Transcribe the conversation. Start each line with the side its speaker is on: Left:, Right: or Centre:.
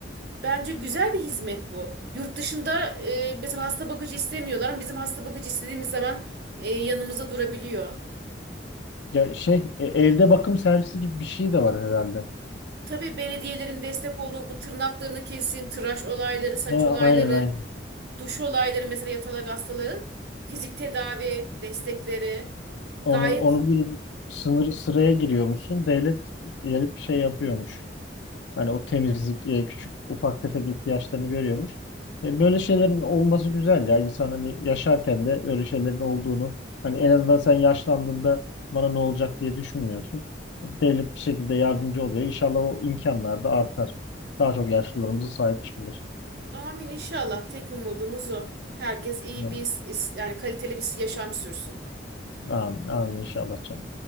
Right: Bence güzel bir hizmet bu. Yurt dışında e, mesela hasta bakıcı istemiyorlar ama bizim hasta bakıcı istediğimiz zaman e, yanımızda durabiliyor.
Left: Ya şey e, evde bakım servisi gibi bir şey de var herhalde.
Right: Tabii belediyelerin destek olduğu bu tırnaklarını kesin, tıraş olayları, saç
Left: Ha,
Right: olayları,
Left: aynen aynen.
Right: duş olayları mesela yatalak hastaların fizik tedavi destekleri gayet
Left: Onu onu bir sınır sıraya giriyormuşsun. Devlet gelip şey yapıyormuş. Hani o temizlik, e, küçük ufak tefek ihtiyaçlarını görüyormuş. E, böyle şeylerin olması güzel ya. İnsan hani yaşarken de böyle şeylerin olduğunu hani en azından sen yaşlandığında bana ne olacak diye düşünmüyorsun. Devlet bir şekilde yardımcı oluyor. İnşallah o imkanlar da artar. Daha çok yaşlılarımıza sahip çıkılır.
Right: Amin inşallah. Tek umudumuz o. Herkes iyi
Left: Evet.
Right: bir, yani kaliteli bir yaşam sürsün.
Left: Amin, amin inşallah canım.